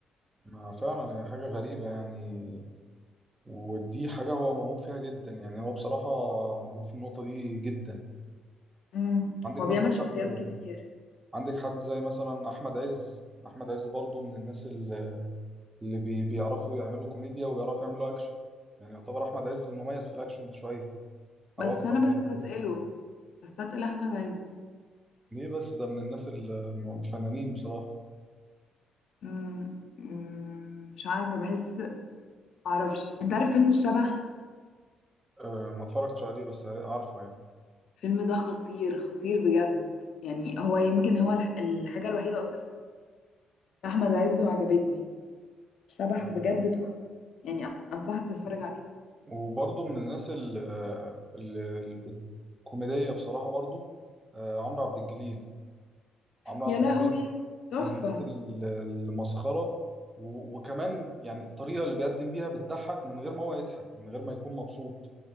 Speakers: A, on the right (about 20°); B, on the left (about 65°).
A: ما فعلا هي حاجة غريبة يعني ودي حاجة هو موهوب فيها جدا يعني هو بصراحة موهوب في النقطة دي جدا
B: امم
A: عندك
B: هو بيعمل
A: مثلا حد
B: شخصيات كتير
A: عندك حد زي مثلا أحمد عز أحمد عز برضو من الناس اللي اللي بي بيعرفوا يعملوا كوميديا وبيعرفوا يعملوا أكشن يعني يعتبر أحمد عز مميز في الأكشن شوية
B: بس
A: أو أكتر
B: انا
A: من
B: بستثقله
A: الاتنين.
B: بستثقل احمد عز
A: ليه بس ده من الناس ال- الفنانين بصراحة
B: امم أمم، مش عارفة بحس معرفش انت عارف فيلم الشبح
A: أه ما اتفرجتش عليه بس عارفه
B: الفيلم ده خطير خطير بجد يعني هو يمكن هو الح- الحاجة الوحيدة اصلا أحمد عز وعجبتني شبح
A: يعني
B: بجد تحفة يعني أنصحك تتفرج عليه
A: وبرضه من الناس ال- ال- ال- الكوميدية بصراحة برضه آه، عمرو عبد الجليل عمرو
B: يا
A: عبد
B: لهوي
A: الجليل
B: تحفة
A: من الناس ال- المسخرة و- وكمان يعني الطريقة اللي بيقدم بيها بتضحك من غير ما هو يضحك من غير ما يكون مبسوط